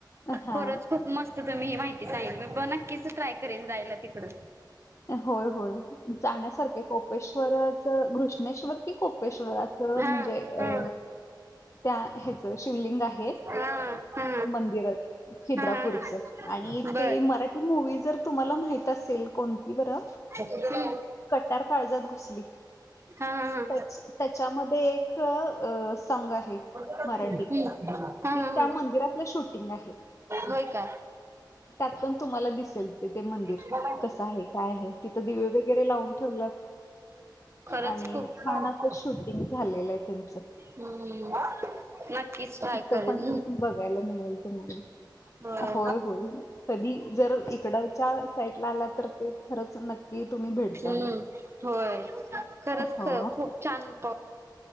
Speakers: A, on the left; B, on the right.
A: हा
B: खरच खूप मस्त तुम्ही ही माहिती सांगीतलीत. मी नक्कीच ट्राय करेन जायला तिकड.
A: होय होय जाण्यासारखे कोपेश्वरच घृष्णेश्वर कि कोपेश्वराच म्हणजे
B: हा
A: अ
B: हा
A: त्या ह्याचं शिवलिंग आहे.
B: हा हा
A: मंदिरात खिद्रापूरच
B: हा हा
A: आणि
B: बर
A: ते मराठी मूवी जर तुम्हाला माहिती असेल कोणती बर
B: हम्म
A: कटार काळजात घुसली.
B: हा- हा -हा
A: त्या त्याच्यामध्ये एक अ सॉंग आहे.
B: ह्
A: मराठी
B: हा
A: ते
B: ह
A: त्या
B: ह,
A: मंदिरातलं शूटिंग आहे
B: होय का?
A: त्यात पण तुम्हाला दिसेल ते ते मंदिर.
B: काय
A: कस आहे? काय आहे. तिथे दिवे वगैरे लावून ठेवल्यात.
B: खरंच
A: आणि
B: खूप
A: छान अस शूटिंग झालेलं आहे त्यांच.
B: हम्म नक्कीच ट्राय
A: इथ
B: करेन
A: पण बघायला मिळेल तुम्हाला.
B: हा
A: होय होय. कधी जर इकडच्या साईड ला आला तर ते खरंच नक्की तुम्ही भेट
B: हम्म
A: द्या मग.
B: होय खरंच
A: हो.
B: खूप छान तो